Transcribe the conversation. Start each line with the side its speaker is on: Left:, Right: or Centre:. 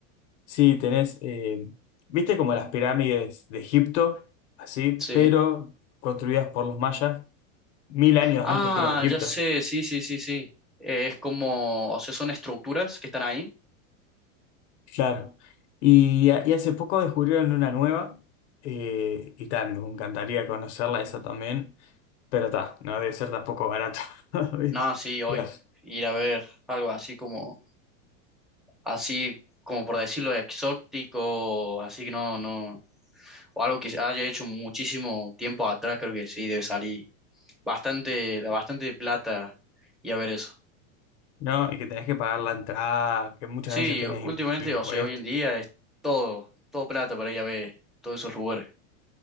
Left: Sí, tenés, eh, viste como las pirámides de Egipto, así,
Centre: Sí.
Left: pero construidas por los mayas mil años
Centre: Ah,
Left: antes que los egipcios.
Centre: ya sé, sí, sí, sí, sí. Eh, es como, o sea, son estructuras que están ahí.
Left: Claro. Y, a- y hace poco descubrieron una nueva, eh, y tal, me encantaría conocerla esa también, pero está, no debe ser tampoco barato. <laughs>
Centre: No, sí, hoy
Left: Dios,
Centre: ir a ver algo así como, así como por decirlo, exótico, así que no, no, o algo que se haya hecho muchísimo tiempo atrás, creo que sí, debe salir bastante, bastante plata y a ver eso.
Left: ¿no? Y que tenés que pagar la entrada, que muchas
Centre: Sí,
Left: veces tenés
Centre: últimamente,
Left: impuestos.
Centre: o sea, hoy en día es todo, todo plata para ir a ver todos esos lugares.